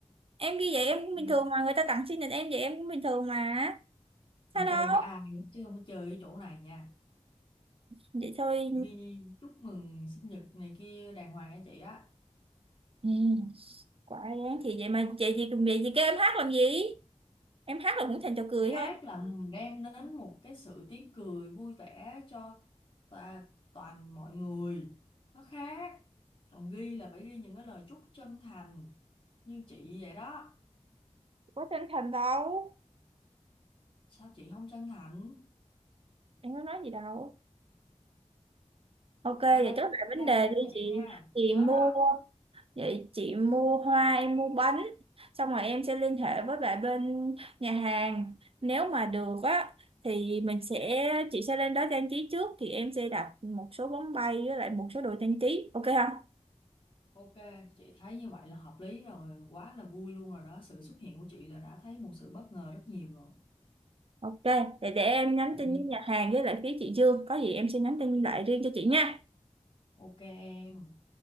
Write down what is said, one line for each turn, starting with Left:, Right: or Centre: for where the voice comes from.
Right: Em ghi vậy em cũng
Left: Ừ.
Right: bình thường mà. Người ta tặng sinh nhật em vậy em cũng bình thường mà. Sao đâu?
Left: chơi với ai chứ không có chơi với chỗ này nha
Right: Vậy thôi.
Left: ghi chúc mừng sinh nhật này kia đàng hoàng nha chị á
Right: Ừ, quả đáng thì vậy mà chị gì cùng vậy gì? kêu em hát làm gì? Em hát là cũng thành trò cười
Left: hát
Right: thôi.
Left: là đem đến một cái sự tiếng cười vui vẻ cho ta, toàn mọi người nó khác còn ghi là phải ghi những cái lời chúc chân thành như chị vậy đó
Right: Có chân thành đâu.
Left: sao chị không chân thành
Right: Em có nói gì đâu. Ok, vậy
Left: lên
Right: chốt lại vấn
Left: plan
Right: đề đi
Left: vậy
Right: chị.
Left: nha
Right: Chị
Left: nhớ
Right: mua
Left: đó
Right: vậy chị mua hoa, em mua bánh. Xong rồi em sẽ liên hệ với lại bên nhà hàng. Nếu mà được á thì mình sẽ chị sẽ lên đó trang trí trước thì em sẽ đặt một số bóng bay với lại một số đồ trang trí. Ok không?
Left: ok chị thấy như vậy là hợp lý rồi quá là vui luôn rồi đó sự xuất hiện của chị là đã thấy một sự bất ngờ rất nhiều rồi
Right: Ok, để để em nhắn
Left: tại
Right: tin
Left: nhiên
Right: với nhà hàng với lại phía chị Dương, có gì em sẽ nhắn tin lại riêng cho chị nha.
Left: ok em